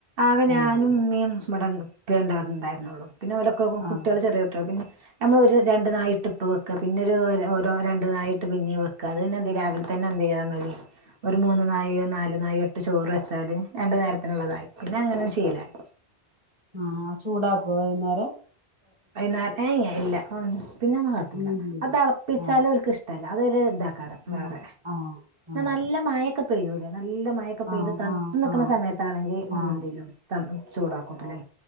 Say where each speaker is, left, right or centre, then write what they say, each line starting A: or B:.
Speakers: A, on the right; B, on the right.
A: ആകെ ഞാനും
B: ആഹ്
A: ഉമ്മയും ഇവിടള്ളത് പ്പേ ഉണ്ട ണ്ടായിരുന്നുള്ളു പിന്നെഓലൊക്കെ
B: ആഹ്
A: കുട്ടികള് ചെറിയ കുട്ടിക പിന്നെ നമ്മളൊരു രണ്ട് നായിട്ട് ഇപ്പ വെക്ക പിന്നെ ഒരുഓരോ രണ്ട് നായിട്ട് പിന്നെ വെക്ക അത് ന്നെ രാവിൽതന്നെ എന്തയ്യ മതി ഒരു മൂന്ന് നായോ നാല് നായോട്ട് ചോറെച്ചാല് രണ്ട് നേരത്തിനുള്ളതായി പിന്നെ അങ്ങനെ ശീലായി
B: ആഹ് ചൂടാക്കോ വൈന്നേരം
A: വൈന്നാരെ ഏഹ് ഇല്ല പിന്നെ ഒന്നു കാട്ടൂല്ല
B: അങ്ങനെചെയ്യരുത്.
A: അഹ് തെളപ്പിച്ചാലും
B: ആ.
A: ഓൽക്ക് ഇഷ്ടല്ല അതൊരുതാ കാരം
B: ആ.
A: വേറെ
B: ആ. ആ.
A: ന്ന് നല്ല മയെ ക്ക പെയ്യൂല്ല നല്ല മഴക്ക പെയ്ത്
B: ആ.
A: തണ്ത്ത്
B: ആ.
A: നിക്കുന്ന
B: ആ.
A: സമയത്താണെങ്കി
B: ആ.
A: ഒന്നെന്തേലും ത ചൂടാക്കൂട്ട്ലെ